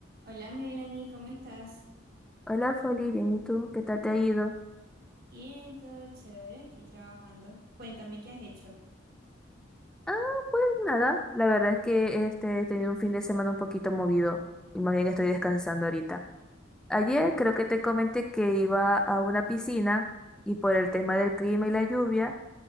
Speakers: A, on the right; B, in the centre.
A: Hola Melanie, ¿cómo estás?
B: Hola, Foli, bien, ¿y tú? ¿Qué tal te ha ido?
A: Bien, todo chévere aquí trabajando. Cuéntame qué has hecho.
B: Ah, pues nada, la verdad es que este, he tenido un fin de semana un poquito movido y más bien estoy descansando ahorita. Ayer creo que te comenté que iba a una piscina y por el tema del clima y la lluvia